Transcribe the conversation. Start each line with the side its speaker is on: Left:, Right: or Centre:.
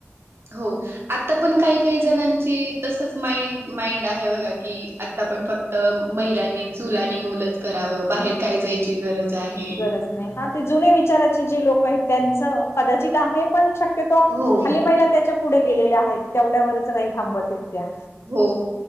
Right: हो आता पण काही काही जणांची तसच माइंड माइंड आहे बघा की आता पण फक्त महिलांनी चुल आणि मुलच करावं बाहेर काय जायची गरज आहे.
Left: गरज नाही हा ते जुने विचाराचे जे लोक आहेत त्यांच कदाचित आहे पण शक्य शक्यतो
Right: हो.
Left: हल्ली महिला त्याच्या पुढे गेलेल्या आहेत तेवढ्यावरच नाही थांबत येत त्या
Right: हो